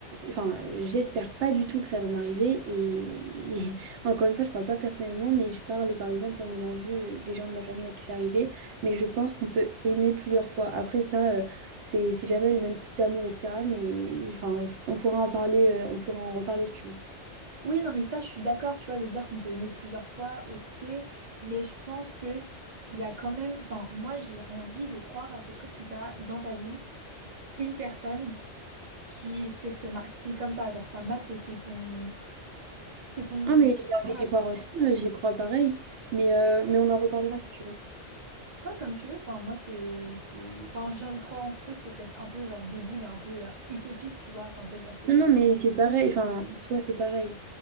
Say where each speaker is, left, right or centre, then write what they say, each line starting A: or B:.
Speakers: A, on the right; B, on the right.
A: enfin, j'espère pas du tout que ça va m'arriver. Et, et <laughs> encore une fois, je parle pas personnellement, mais je parle par exemple en ayant vu euh, des gens de ma famille à qui c'est arrivé. Mais je pense qu'on peut aimer plusieurs fois. Après ça, euh, c'est c'est jamais les mêmes types d'amour, etc. Mais enfin, je- on pourra en parler, euh, on pourra en reparler si tu veux.
B: Oui, non, mais ça, je suis d'accord, tu vois, de dire qu'on peut aimer plusieurs fois, ok, mais je pense que il y a quand même, enfin, moi, j'ai envie de croire à ce truc où t'as dans ta vie une personne. qui c'est c'est ma- c'est comme ça genre ça match et c'est ton c'est ton
A: Non, mais j'ai envie
B: voilà
A: d'y croire aussi, euh, j'y crois pareil. Mais, euh, mais on en reparlera si tu veux.
B: ouais comme tu veux enfin moi c'est c'est enfin j'ai envie de croire en ce truc c'est peut-être un peu genre débile et un peu euh, utopique tu vois enfin peut-être parce que je
A: Non,
B: suis
A: non, mais c'est pareil. Enfin, en soi, c'est pareil.